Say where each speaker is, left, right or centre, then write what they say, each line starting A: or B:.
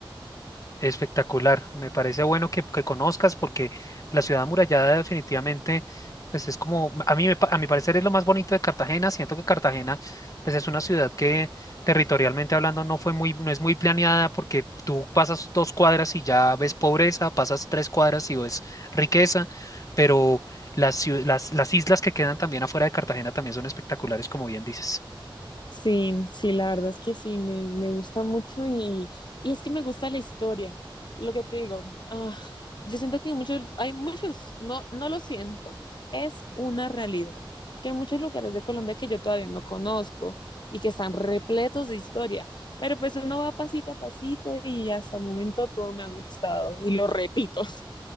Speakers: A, on the left; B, on the left.
A: Espectacular, me parece bueno que, que conozcas porque la ciudad amurallada definitivamente, pues es como, a mí, me pa- a mi parecer es lo más bonito de Cartagena, siento que Cartagena, pues es una ciudad que territorialmente hablando no fue muy, no es muy planeada porque tú pasas dos cuadras y ya ves pobreza, pasas tres cuadras y ves riqueza, pero las, ciu- las, las islas que quedan también afuera de Cartagena también son espectaculares, como bien dices.
B: Sí, sí, la verdad es que sí, me, me gusta mucho y, y es que me gusta la historia, lo que te digo, ah, yo siento que muchos, hay muchos, no, no lo siento, es una realidad, que hay muchos lugares de Colombia que yo todavía no conozco y que están repletos de historia, pero pues uno va pasito a pasito y hasta el momento todo me ha gustado y lo repito.